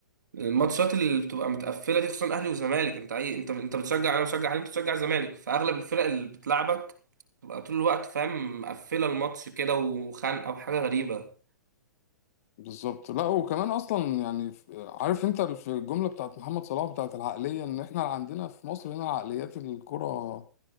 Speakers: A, on the right; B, on the left.
A: الماتشات اللي بتبقى متقفله دي خصوصا اهلي وزمالك انت اي انت انت بتشجع انا بشجع اهلي انت بتشجع زمالك فاغلب الفرق اللي بتلعبك تبقى طول الوقت فاهم مقفله الماتش كده وخانقه وحاجه غريبه
B: بالظبط لا وكمان أصلا يعني ف- عارف أنت في الجملة بتاعت محمد صلاح بتاعت العقلية إن إحنا عندنا في مصر هنا عقليات الكرة